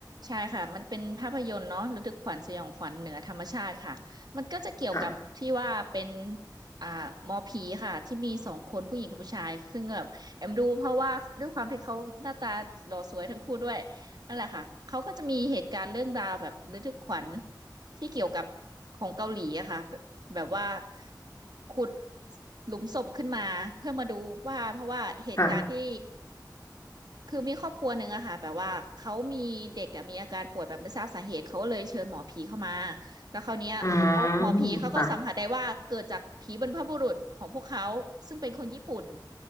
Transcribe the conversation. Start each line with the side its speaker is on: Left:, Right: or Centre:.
Right: ใช่ค่ะมันเป็นภาพยนตร์เนาะระทึกขวัญสยองขวัญเหนือธรรมชาติค่ะมันก็จะเกี่ยวกับที่ว่าเป็น
Left: ค่ะ
Right: อ่าหมอผีค่ะที่มีสองคนผู้หญิงกับผู้ชายซึ่งแบบแอมดูเพราะว่าด้วยความที่เขาหน้าตาหล่อสวยทั้งคู่ด้วย นั่นแหละค่ะ เขาก็จะมีเหตุการณ์เรื่องราวแบบระทึกขวัญที่เกี่ยวกับของเกาหลีอะค่ะแบบแบบว่าขุดหลุมศพขึ้นมาเพื่อมาดูว่าเพราะว่าเหตุการณ์ที่
Left: ค่ะ
Right: คือมีครอบครัวหนึ่งอะค่ะแบบว่าเขามีเด็กอะมีอาการป่วยแบบไม่ทราบสาเหตุเขาก็เลยเชิญหมอผีเข้ามาแล้วคราวเนี้ยเขาหมอผีเขาก็สัมผัสได้ว่าเกิดจากผีบรรพบุรุษของพวกเขาซึ่งเป็นคนญี่ปุ่น
Left: อืมค่ะ